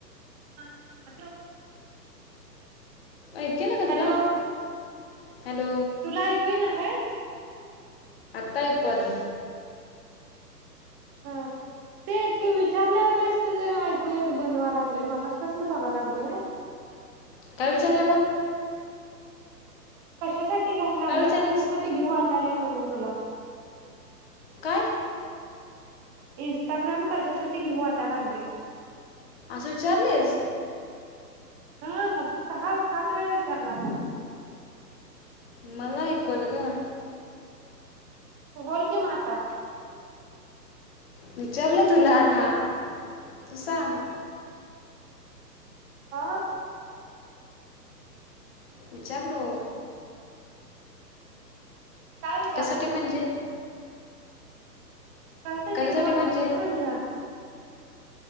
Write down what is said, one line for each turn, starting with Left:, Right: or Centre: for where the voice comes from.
Right: hello
Left: ऐकु येना का
Right: हॅलो
Left: तुला हॅलो
Right: तुला ऐकू येईना काय
Left: ता ऐकु आल
Right: हा ते ते विचारल्यावरच तुझं ऐकूयायचं बंद व्हायला लागलय मागसपासून बघा लागलोय
Left: काय विचारल्यावर
Right: कशासाठी घ्याला लागल्या
Left: काय विचारलीस
Right: कसाठी घेऊ वाट लेय म्हणून तुला
Left: काय
Right: इं्स्टाग्राम कशासाठी घेऊ वाटाय लागलेय
Left: अस विचारलीस
Right: हा सहा-सात वेळा विचारला आता
Left: मला नाही ऐकु आल गं
Right: बोल की मग आता
Left: विचारलं तुला आता तू सांग
Right: आा
Left: विचारलो
Right: काय विचारलं
Left: कशासाठी म्हणजे
Right: काशासाठी
Left: कशासाठी
Right: घेऊ वाटाला
Left: म्हणजे
Right: म्हटलं